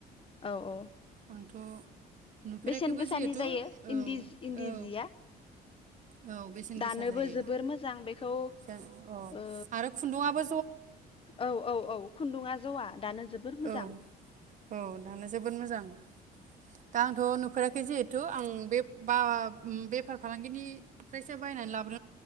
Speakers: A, on the left; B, on the right.
A: औ औ
B: आंथ' नुफेराखैबो
A: बेसेन गोसानि
B: जिहेथु
A: जायो
B: औ
A: इन्दिज इन्दि
B: औ
A: जिया।
B: औ बेसेन
A: दानोबो
B: गोसा जायो।
A: जोबोर मोजां बेखौ
B: दा अ
A: ओ
B: आरो खुन्दुंआबो
A: औ औ औ खुन्दुङा ज'आ दानो जोबोर मोजां।
B: औ औ दानो जोबोद मोजां दा आंथ' नुफेराखैे जिहेथु आं‌ बे बा उम बेफार-फालांगिनिफ्रायसो बायनानै लाबोद